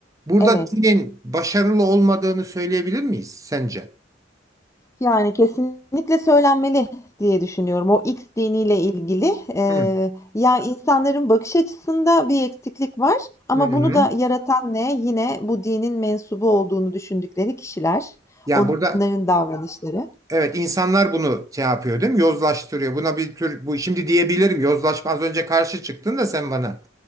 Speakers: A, on the right; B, on the left.
A: burada
B: evet.
A: dinin başarılı olmadığını söyleyebilir miyiz sence?
B: Yani kesinlikle söylenmeli diye düşünüyorum. O X diniyle ilgili eee,
A: Hı.
B: ya insanların bakış açısında bir eksiklik var ama
A: Hı hı.
B: bunu da yaratan ne? Yine bu dinin mensubu olduğunu düşündükleri kişiler,
A: Yani
B: onların
A: burada
B: davranışları.
A: Evet insanlar bunu şey yapıyor değil mi? Yozlaştırıyor. Buna bir tür bu şimdi diyebilirim yozlaşma az önce karşı çıktın da sen bana.